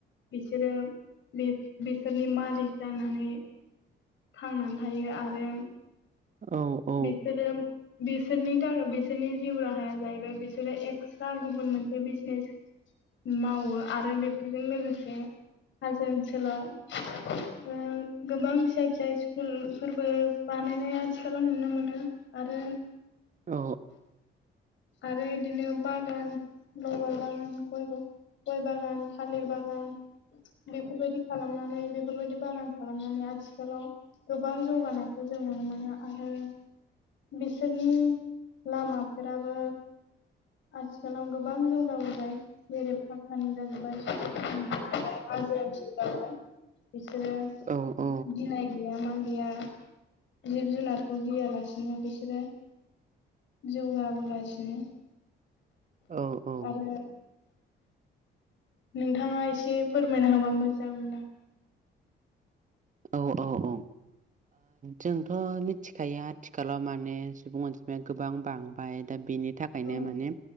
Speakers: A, on the left (about 70°); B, on the right (about 40°).
A: बिसोरो बिसोरनि मालिक जानानै थांनानै थायो आरो
B: औ औ
A: बिसोरो बिसोरनि थाखाय बिसोरनि जिउ राहाया जाहैबाय बिसोरो ए फिसा गुबुन मोनसे बिजनेस मावो आरो बेफोरजों लोगोसे हाजो ओनसोलाव गोबां फिसा फिसा स्कुलफोरबो बानायनाया आथिखालाव नुनो मोनो आरो
B: औ
A: आरो बिदिनो बागान रबार बागान गयबो गय बागान थालिर बागान बेफोरबायदि खालामनानै बेफोरबायदि बागान खालामनानै आथिखालाव गोबां जौगानायखौ जों नुनो मोनो आरो बिसोरनि लामाफोराबो आथिखालाव गोबां जौगाबोबाय जेरै पाकानि जाजोबबाय जों हाजो ओनसोलबाबो बिसोरो
B: औ औ
A: गिनाय गैया मा गैया जिब जुनारखौ गियालासे बिदिनो बिसोरो जौगाबोगासिनो
B: औ औ।
A: आरो नोंथाङा एसे फोरमायना होबा मोजां जागोन।
B: औ औ औ। जोंथ' मिथिखायो आथिखालाव माने सुबुं अनजिमाया गोबां बांबाय दा बेनि थाखाय ओंखायनो
A: औ
B: माने